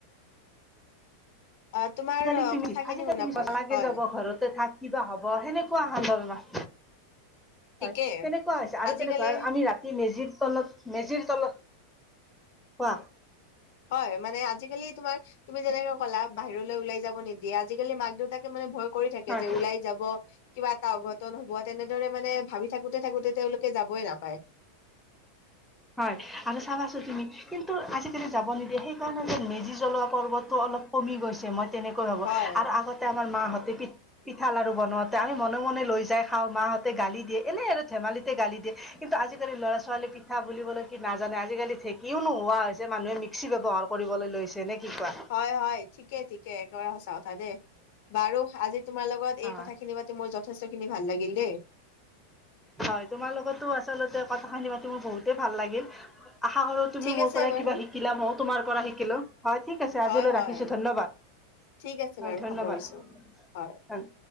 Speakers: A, on the left (about 55°); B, in the centre.
A: অ তোমাৰ
B: আজিকালি
A: অ
B: তুমি
A: কথাখিনি
B: আজিকালি
A: শুনা
B: তুমি
A: পোৱা
B: সচাকে নালাগে
A: নাই হয়
B: যাব ঘৰতে থাক কিবা হ'ব সেনেকুৱা স ধৰণৰ।
A: ঠিকেই
B: হয় কেনেকুৱা হৈছে, আৰু
A: আজিকালি
B: কেনেকুৱা আৰু আমি ৰাতি মেজিত। তলত মেজিৰ তলত, কোৱা।
A: হয় মানে আজিকালি তোমাৰ তুমি যেনেকে ক'লা-। বাহিৰলৈ ওলাই যাব নিদিয়ে, আজিকালি মাক দেউতাকে মানে ভয় কৰি থাকে,
B: হয়
A: যে ওলাই যাব কিবা এটা অঘট। তন হ'ব তেনেদৰে মানে ভাবি থাকোতে থাকোতে তেওঁলোকে যাবই নাপায়।
B: হয়, আৰু চাবাছো তুমি কিন্তু আজিকালি যাব নিদিয়ে সেইকাৰণে যে মেজি জ্বলোৱা পৰ্ব টো। অলপ কমি গৈছে মই তেনেকৈ ভাবো,
A: হয়
B: আৰু আগতে। মাহঁতে পি পিঠা লাৰু বনওঁতে আমি মনে মনে লৈ যাই খাওঁ, মাহঁতে গালি দিয়ে এনে আৰু ধেমালি। গালি দিয়ে, কিন্তু আজিকালি ল'ৰা-ছোৱালী। ঠা বুলিবলৈ কি নাজানে আজিকালি ঢেকিও নোহোৱা হৈছে মানুহে মিক্সি ব্যৱহাৰ কৰিবলৈ লৈছে, নে। কি কোৱা
A: হয় হয় ঠিকে ঠিকে একেবাৰে সচা কথা দেই, বাৰু আজি। তোমাৰ লগত
B: অ
A: এই কথাখিনি পাতি মোৰ যথেষ্ট খিনি ভাল লাগিল দেই।
B: হয়, তোমাৰ লগতো আচলতে কথা খিনি পাতি মোৰ বহুতেই ভাল লাগিল। আশা কৰো তুমি
A: ঠিক
B: মোৰ
A: আছে
B: পৰাই
A: বাৰু
B: কিবা শিকিলা, ময়ো তোমাৰ পৰা শিকিলো, হয় ঠিক আছে
A: হয়
B: আজিলৈ
A: হয়
B: ৰাখিছো ধন্যবাদ।
A: ঠিক আছে
B: হয়
A: বাৰু
B: ধন্যবাদ।
A: সামৰিছো হয়